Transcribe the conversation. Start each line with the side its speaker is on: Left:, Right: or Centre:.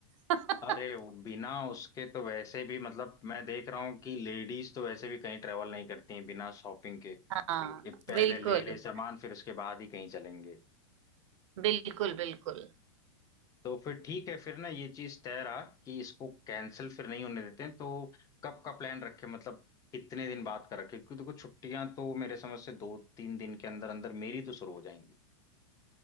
Right: <laughs>
Left: अरे वो बिना उसके तो वैसे भी मतलब मैं देख रहा हूँ कि लेडीज तो वैसे भी कहीं ट्रेवल नहीं करती हैं बिना शॉपिंग के कि
Right: हाँ
Left: पहले
Right: बिल्कुल
Left: ले ले सामान फिर उसके बाद ही कहीं चलेंगे
Right: बिल्कुल बिल्कुल
Left: तो फिर ठीक है फिर ना ये चीज तय रहा कि इसको कैंसिल फिर नहीं होने देते हैं तो कब का प्लान रखे मतलब कितने दिन बाद का रखे क्योंकि देखो छुट्टियां तो मेरे समझ से दो तीन दिन के अंदर अंदर मेरी तो शुरू हो जाएंगी